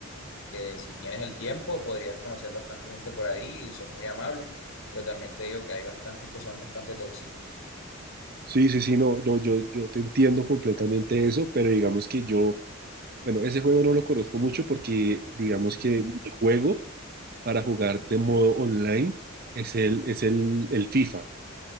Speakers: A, on the left (about 75°); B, on the right (about 45°).
A: que si tienes el tiempo podrías conocer bastante gente por ahí y son muy amables, pero también te digo que hay bastantes que son bastante tóxicos.
B: Sí, sí, sí, no, no, yo, yo te entiendo completamente eso, pero digamos que yo, bueno, ese juego no lo conozco mucho porque digamos
A: Ujú,
B: que mi juego para jugar de modo online es el, es el, el FIFA,